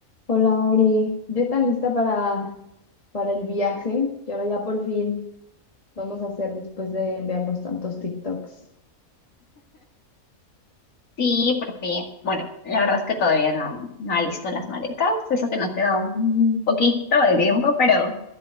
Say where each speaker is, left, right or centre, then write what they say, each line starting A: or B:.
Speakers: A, on the left (about 25°); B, on the left (about 65°).
A: Hola Mari, ¿ya está lista para, para el viaje que ahora ya por fin vamos a hacer después de enviarnos tantos TikToks?
B: Sí, porque, bueno, la verdad es que todavía no, no alisto las maletas, eso que nos queda un poquito de tiempo, pero,